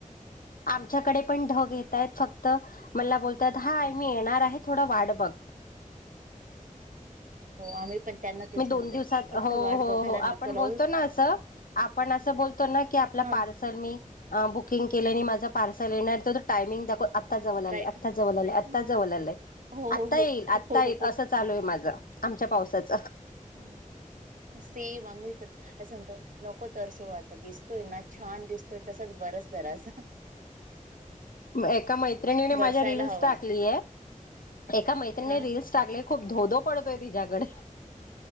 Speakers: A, on the left; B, on the right.
A: आमच्याकडे पण ढग येतय फक्त मला बोलतय हा आ मी येणार आहे थोड वाट बघ.
B: हो आम्ही पण. त्यांना तेच
A: मी दोन
B: म्हणतोय
A: दिवसात
B: फक्त
A: हो
B: वाट
A: हो
B: बघायला
A: हो
B: नको
A: आपण
B: लावू
A: बोलतो ना अस आपण अस बतो ना की आपलापार्सल
B: ह
A: मी ब. बुकिंग केलंने माझं पार्सल येण्याच जो टायमिंग दाखव आ. आत्ताच जवळ आलं
B: राईट
A: आत्ताच जवळ आलं आत्ताच
B: हो
A: जवळ आलं आलंय
B: हो
A: आता
B: हो
A: येईल आत्ता
B: हो
A: येईल असं चालूय माझं आमच्या पावसाचा.
B: हम् सेम आ्. अस म्हणतो नको तर सो आता दिसतोय ना छान दिसतोय तसाच बरस बरस.
A: एका मैत्रिणीने माझ्या
B: बरसायला
A: रिल्स
B: हवा
A: टाकले एका मैत्रिणीने
B: हा
A: रिल्स टाकले खूप. धोधो पडतोय तिच्याकडे.